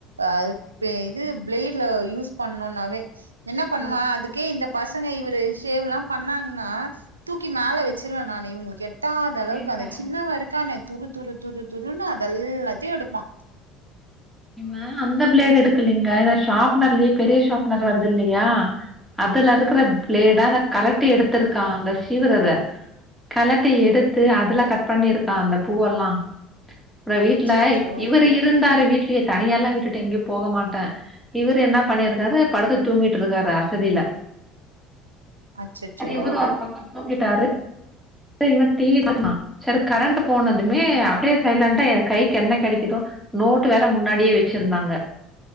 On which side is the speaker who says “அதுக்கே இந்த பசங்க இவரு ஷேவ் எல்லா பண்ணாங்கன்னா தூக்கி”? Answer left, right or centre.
Right